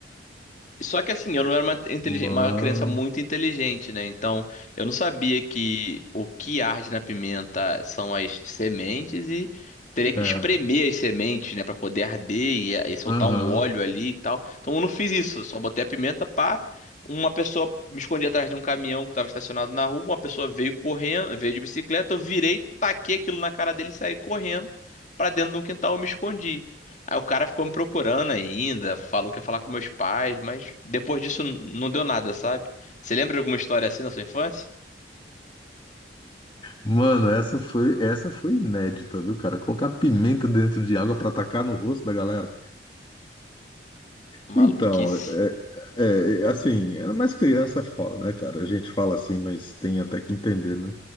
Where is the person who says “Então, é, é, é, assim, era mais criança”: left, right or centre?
Left